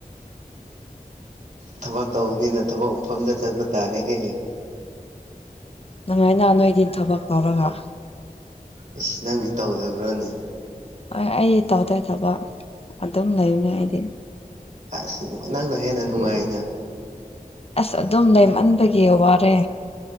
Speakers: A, on the right; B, on the left.
A: ꯊꯕꯛ ꯇꯧꯕꯅꯤꯅ ꯊꯕꯛ ꯃꯐꯝꯗ ꯆꯠꯄ ꯇꯥꯔꯦꯍꯦ
B: ꯅꯨꯡꯉꯥꯏꯅ ꯅꯣꯏꯗꯤ ꯊꯕꯛ ꯇꯧꯔꯒ
A: ꯑꯁ ꯅꯪꯗꯤ ꯇꯧꯗꯕ꯭ꯔꯣꯅꯦ
B: ꯍꯣꯏ ꯑꯩꯗꯤ ꯇꯧꯗꯦ ꯊꯕꯛ ꯑꯗꯨꯝ ꯂꯩꯕꯅꯦ ꯑꯩꯗꯤ
A: ꯑꯁ ꯅꯪꯅ ꯍꯦꯟꯅ ꯅꯨꯡꯉꯥꯏꯅ
B: ꯑꯁ ꯑꯗꯨꯝ ꯂꯩꯃꯟꯕꯒꯤ ꯋꯥꯔꯦ